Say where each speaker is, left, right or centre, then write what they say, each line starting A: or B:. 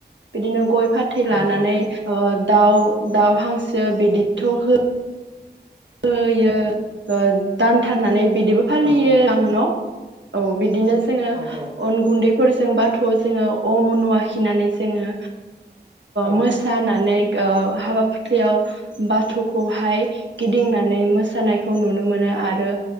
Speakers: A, on the right; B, on the right.
A: बिदिनो गय फाथ थै
B: औ
A: लानानै
B: औ
A: दाउ दाउ हांसो बिदिथ' हो होयो दानथारनानै बिदिबो फालियो
B: औ औ
A: आं न औ बिदिनो जोङो
B: औ
A: अन गुन्दैफोरजों बाथौआव जोङो अम अनु आखिनानै जोङो
B: औ
A: मो जानानै ओ हाबा फुथ्लियाव बाथौखौहाय गिदिंनानै मोसानायखौ नुनो मोनो आरो